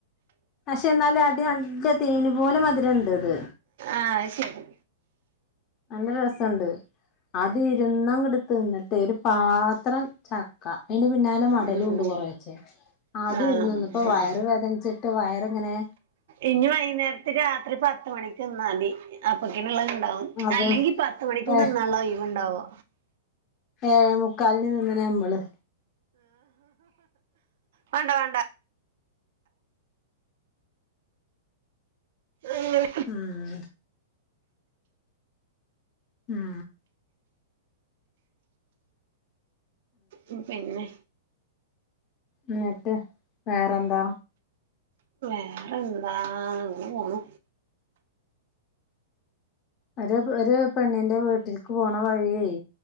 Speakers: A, on the left (about 25°); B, on the right (about 55°).
A: പക്ഷെ ന്നാലും അടി നല്ല തേന് പോലെ മധുരണ്ടത്
B: ആഹ് ആഹ്ശരി
A: നല്ല രസണ്ട് അത് ഇരുന്നങ്ങട്ട് തിന്നിട്ടേയ് ഒരു പാത്രം ചക്ക അതിന്റെ പിന്നാലെ മടല്
B: ഉം
A: മടലുണ്ട് കൊറേച്ചേ അതും
B: ആഹ്
A: ഇരുന്നുന്ന് ഇപ്പ വയർ വേദനിച്ചിട്ട് വയർങ്ങനെ
B: ഇനി വൈകുന്നേരത്ത് രാത്രി പത്തണിക്ക് തിന്നാതി അപ്പൊക്കിനുള്ളത് ഉണ്ടാവും
A: അത്
B: അല്ലെങ്കി പത്ത് മണിക്കും
A: ഏ
B: തിന്നാള്ള ഒയിവുണ്ടാവോ
A: ഏഴേ മുക്കാലിന് നിന്ന്ണ നമ്മള്
B: ആ വേണ്ട വേണ്ട അങ്ങനെ
A: ഉം ഉം
B: ഉം പിന്നെ
A: ന്നട്ട് വേറെന്താ
B: വേറെന്താ അങ്ങനെ പോണു
A: ഒരു ഒരു പെണ്ണിന്റെ വീട്ടിൽക്ക് പോണ വഴിയെ